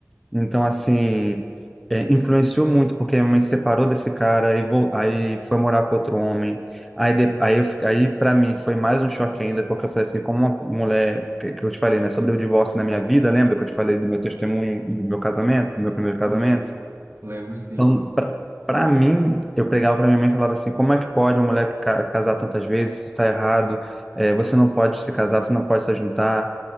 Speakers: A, in the centre; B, on the right.
A: Então,
B: Sim,
A: assim, é, influenciou muito, porque minha mãe se separou desse cara, aí, vol- aí foi morar com outro homem. Aí, de- aí, eu fi- aí para mim, foi mais um choque ainda, porque eu falei assim, como uma mulher, que, que eu te falei, né, sobre o divórcio na minha vida, lembra que eu te falei do meu testemunho, do meu casamento, do meu primeiro casamento?
B: lembro, lembro sim.
A: Então, pra, pra mim, eu pregava pra minha mãe e falava assim, como é que pode uma mulher ca- casar tantas vezes, isso tá errado, é, você não pode se casar, você não pode se juntar.